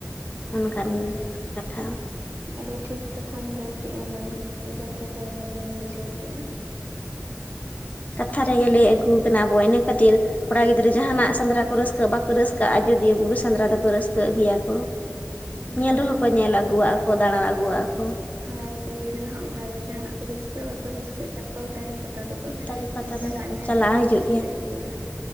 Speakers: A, on the right (about 65°); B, on the left (about 30°).
A: ᱦᱳᱭ
B: ᱚᱱᱠᱟᱱ
A: ᱦᱳᱭ
B: ᱠᱟᱛᱷᱟ
A: ᱟᱹᱰᱤ ᱴᱷᱤᱠ ᱠᱟᱛᱷᱟᱢ ᱞᱟᱹᱭᱠᱮᱜᱟ ᱢ ᱟᱸᱡᱚᱢ ᱠᱟᱛᱮ ᱵᱷᱟᱹᱜᱤᱧ ᱵᱩᱡᱷᱟᱹᱣ ᱠᱮᱫᱼᱟ
B: ᱠᱟᱛᱷᱟ ᱨᱮᱜᱮ ᱞᱟᱹᱭ ᱟᱹᱜᱩ ᱠᱟᱱᱟ ᱵᱚ ᱤᱱᱟᱹ ᱠᱷᱟᱹᱛᱤᱨ ᱠᱚᱲᱟ ᱜᱤᱫᱽᱨᱟᱹ ᱡᱟᱦᱟᱱᱟᱜ ᱥᱮᱸᱫᱽᱨᱟ ᱠᱚ ᱨᱟᱹᱥᱠᱟᱹᱜ ᱵᱟᱠᱚ ᱨᱟᱹᱥᱠᱟᱹᱜᱼᱟ ᱟᱡᱳᱫᱤᱭᱟᱹ ᱵᱩᱨᱩ ᱥᱮᱸᱫᱽᱨᱟ ᱫᱚᱠᱚ ᱨᱟᱹᱥᱠᱟᱹ ᱟᱹᱜᱤᱭᱟ ᱠᱚ ᱧᱮᱞ
A: ᱦᱳᱭ
B: ᱨᱮᱦᱚᱸ
A: ᱦᱳᱭ
B: ᱠᱚ ᱧᱮᱞ ᱟᱹᱜᱩᱣᱟᱜᱼᱟ ᱠᱚ ᱫᱟᱬᱟ ᱟᱹᱜᱩᱣᱟᱜᱼᱟᱚ
A: ᱟᱨ ᱠᱩᱲᱤ ᱜᱤᱫᱽᱨᱟᱹ ᱦᱚᱸ ᱚᱱᱠᱟᱟᱜᱮ ᱡᱟᱦᱟᱱᱟᱜ ᱠᱚ ᱨᱟᱹᱥᱠᱟᱹᱜ ᱵᱟᱠᱚ ᱨᱟᱹᱥᱠᱟᱹᱜᱼᱟ ᱪᱟᱠᱚᱞᱛᱟᱲᱤ ᱯᱟᱛᱟ ᱫᱚᱠᱚ
B: ᱛᱟᱹᱨᱤ ᱯᱟᱛᱟ
A: ᱪᱟᱞᱟᱜ
B: ᱫᱚ ᱱᱟᱜ
A: ᱧᱮᱞ ᱫᱚᱠᱚ
B: ᱦᱤᱡᱩᱜ
A: ᱨᱟᱹᱥᱠᱟᱹᱜ ᱜᱮᱭᱟ